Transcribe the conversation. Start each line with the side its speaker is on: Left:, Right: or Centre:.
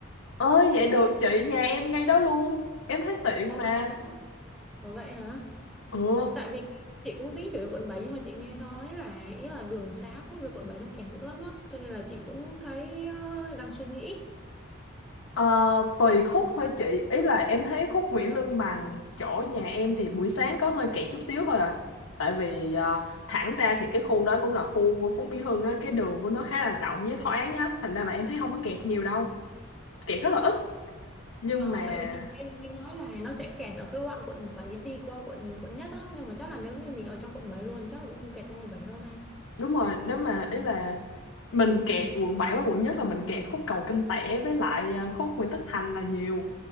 Left: Ờ vậy được chị, nhà em ngay đó luôn Em thấy tiện
Centre: Ồ
Left: mà
Centre: vậy hả? Ủa vậy hả?
Left: Ừ,
Centre: Tại vì chị cũng tính chuyển về quận 7 nhưng mà chị nghe nói là ý là đường xá về quận 7 nó kẹt dữ lắm á. Cho nên là chị cũng thấy ờ, đang suy nghĩ.
Left: ờ, tùy khúc thôi chị Ý là em thấy khúc Nguyễn Lương Bằng chỗ nhà em thì buổi sáng có hơi kẹt chút xíu thôi à Tại vì ờ, thẳng ra thì cái khu đó cũng là khu của Phú Mỹ Hưng á Cái đường của nó khá là rộng với thoáng á Thành ra là em thấy không có kẹt nhiều đâu Kẹt rất là ít Nhưng
Centre: Ờ,
Left: mà
Centre: tại vì chị nghe, nghe nói là nó sẽ kẹt ở cái đoạn quận 7 đi qua quận quận nhất á nhưng mà chắc là nếu như mình ở trong quận 7 luôn chắc cũng không kẹt trong quận bảy đâu ha.
Left: đúng rồi nếu mà ý là mình kẹt quận 7 và quận nhất là mình kẹt khúc cầu Kinh Tẻ với lại à, khúc Nguyễn Tất Thành là nhiều